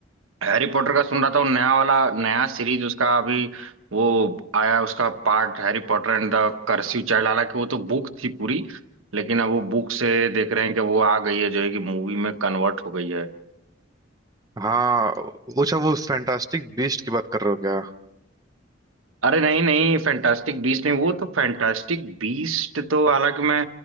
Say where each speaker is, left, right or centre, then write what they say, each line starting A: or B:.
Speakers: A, on the right; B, on the right.
A: हैरी पॉटर का सुन रहा था वो नया वाला नया सीरीज उसका अभी वो आया उसका part Harry Potter and the cursive child हालांकि वो तो बुक थी पूरी लेकिन अब वो बुक से देख रहे हैं कि वो आ गई है जो है कि मूवी में कन्वर्ट हो गई है
B: हाँ अच्छा वो फैंटास्टिक बीस्ट की बात कर रहे हो क्या
A: अरे नहीं नहीं फैंटास्टिक बीस्ट नहीं वो तो फैंटास्टिक बीस्ट तो हालांकि मैं